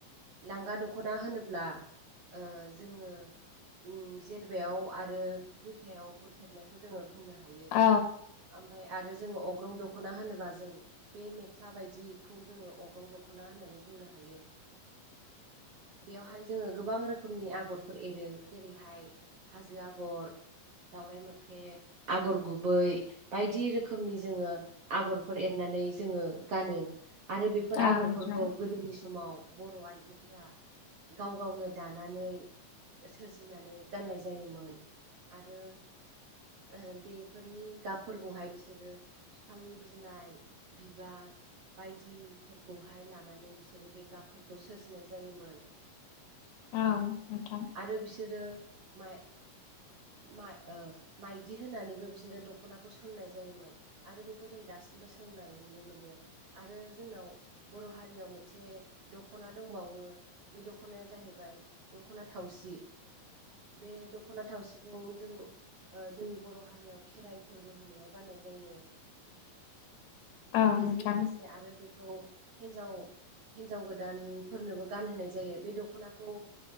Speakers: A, on the right; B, on the left.
A: लांगा दख'ना होनोब्ला ओ जोङो उम जेरबाया आरो बिथायावबो थेबनायखौ जोङो बुंनो हायो
B: औ।
A: ओमफाय आरो जोङो अग्रं दख'ना होनोबा जों बे मेख्ला बायदिखौ जोङो अग्रं दख'ना होनना बो बुंनो हायो। बेयावहाय जोङो गोबां रोखोमनि आगरफोर एरो जेरैहाय हाजो आगर दावराइ मोख्रेब आगर गुबै बायदि रोखोमनि जोङो आगरफोर एरना नै जोङो गानो। आरो बेफोर
B: औ
A: आगरफोरखौ
B: नोंथां
A: गोदोनि समाव बर' आइजोफोरा गाव गावनो दानानै सोरजिनानै गाननाय जायोमोन आरो ओ बेफोरनि गाबफोरखौहाय बिसोरो फिफांनि बिलाइ बिबार बायदिफोरखौहाय लानानै बिसोरो बे गाबफोरखौ सोरजिनाय जायोमोन।
B: औ। नोंथां
A: आरो बिसोरो माइ माइ ओ माइदि होनानैबो बिसोरो दख'नाखौ सोंनाय जायोमोन आरो बेखौ जों दा सिमबो सोंनाय नुनो मोनो आरो जोंनाव बर' हारियाव मोनसे दख'ना दंबाव वो बे दख'नाया जाहैबाय दख'ना थावसि बे दख'ना थावसिखौ जों ओ जोंनि बर' हारियाव खेराइ फोरबो होनायाव गाननाय जायो।
B: औ
A: बेजों
B: नोंथां
A: लोगोसे आरो बेखौ हिन्जाव हिनजाव गोदानफोरनोबो गानहोनाय जायो बे दख'नाखौ